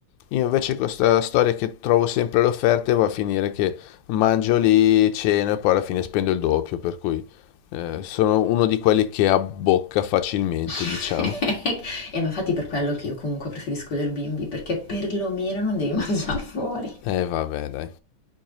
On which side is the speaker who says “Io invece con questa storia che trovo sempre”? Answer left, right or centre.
Left